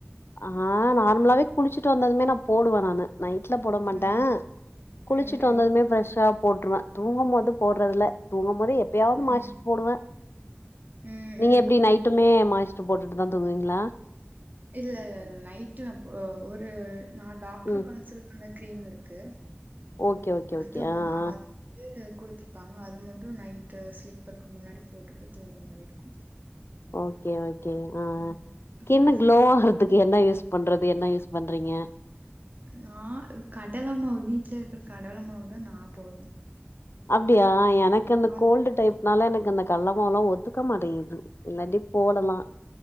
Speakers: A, on the left; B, on the right.
A: ஆ நார்மலாவே குளிச்சுட்டு வந்ததுமே நா போடுவே நானு நைட்ல போட மாட்டே
B: ம்,
A: குளிச்சுட்டு
B: ம், ம்,
A: வந்ததுமே ஃப்ரெஷ்ஷா போட்ருவே தூங்கும் போது போட்றதில்ல தூங்கும் போது எப்பயாவது
B: ம்,
A: மாய்ஸ்ட் போடுவ
B: ம்,
A: நீங்க
B: ம்.
A: எப்டி நைட் மட்டுமே மாய்ஸ்ட்டு போட்டுட்டு தா தூங்குவீங்ளா
B: இல்லலல நைட்டு நா ஒரு நா டாக்டருக்
A: ம்
B: கன் கன்சல்ட் னு கிரீம் இருக்கு
A: ஓகே ஓகே
B: அது
A: ஓகே
B: வ
A: ஆ ஆ
B: குடுத்துருப்பாங்க அது மட்டும் நைட்டு ஸ்லீப்பருக்கு முன்னாடி போட்டுட்டு தூங்குற மாறி இருக்கும்
A: ஓகே ஓகே ஆ
B: ம்.
A: ஸ்கின்னு
B: மத்தபடி ஃபேஸ்
A: க்ளோ ஆகுறதுக்கு
B: வாஷ்
A: என்ன யூஸ் பண்றது என்ன யூஸ் பண்றீங்க
B: நா கடல மாவு வீட்ல இருக்கிற கடல மாவு தா நா போடுவே
A: அப்டியா எனக்கு இந்த
B: அது
A: கோல்டு டைப்னால எனக்கு இந்த கள்ளமாவுல்லா ஒத்துக்க மாட்டுது இல்லாட்டி போடலா